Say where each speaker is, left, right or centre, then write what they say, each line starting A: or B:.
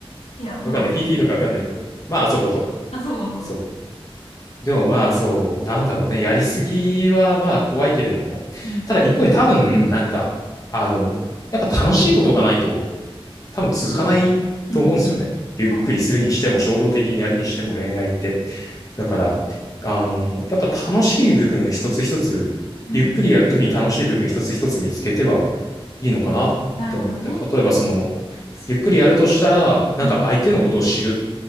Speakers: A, on the left (about 80°); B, on the left (about 35°).
A: いや、もう遊ぼう。
B: わかんない。聞いていいのかわかんないけど。まあ、遊ぼうと。
A: 遊ぼうと。
B: そう。でもまあそう、なんだろうね。やりすぎはまあ怖いけれども。
A: うん。
B: ただ一方で多分、なんか、あの、やっぱ楽しいことがないと多分続かないと思うんですよね。
A: うんうん。
B: ゆっくりするにしても衝動的にやるにしても恋愛って。
A: はい。
B: だから、あの、やっぱ楽しい部分一つ一つ、
A: うん。
B: ゆっくりやるときに楽しい部分一つ一つ見つけてはいいのかなって思って。
A: なるほどね。
B: 例えばその、
A: 楽しい。
B: ゆっくりやるとしたら、なんか相手のことを知るっ
A: うん。